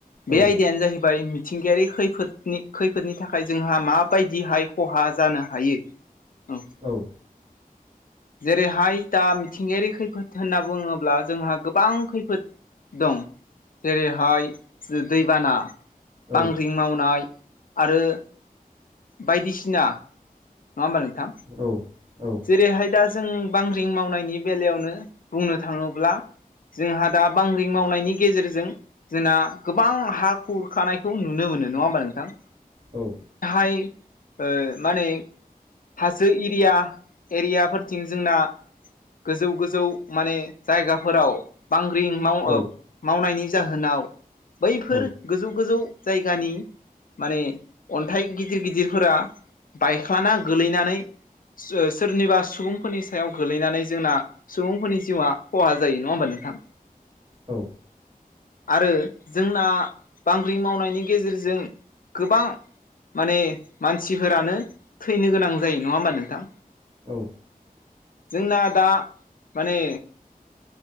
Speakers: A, on the left (about 65°); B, on the right (about 35°).
A: बे
B: औ
A: आयदायानो जाहैबाय मिथिंगायारि खैफोदनि खैफोदनि थाखाय जोंहा माबायदिहाय खहा जानो हायो औ
B: औ
A: जेरैहाय दा मिथिंगायारि खैफोद होनना बुङोब्ला जोंहा गोबां खैफोद दं जेरैहाय दैबाना
B: औ
A: बांग्रिं मावनाय आरो बायदिसिना नङा ओमबा नोंथां?
B: औ औ
A: जेरैहाय दा जों बांग्रिं मावनायनि बेलायावनो बुंनो थाङोब्ला जोंहा दा बांग्रि मावनायनि गेजेरजों जोंना गोबां हा खुरखानायखौ नुनो मोनो नङा होमबा नोंथां?
B: औ
A: बेहाय माने हाजो एरिया एरियाफोरथिं जोंना गोजौ गोजौ माने जायगाफोराव बांग्रिं माव
B: औ
A: मावनायनि जाहोनाव बैफोर
B: औ
A: गोजौ गोजौ जायगानि माने अन्थाइ गिदिर गिदिरफोरा बायख्लाना गोलैनानै सोरनिबा सुबुंफोरनि सायाव गोलैनानै जोंना सुबुंफोरनि जिउआ खहा जायो नङा होमबा नोंथां?
B: औ
A: आरो जोंना बांग्रि मावनायनि गेजेरजों गोबां माने मानसिफोरानो थैनो गोनां जायो नङा होमबा नोंथां?
B: औ
A: जोंना दा माने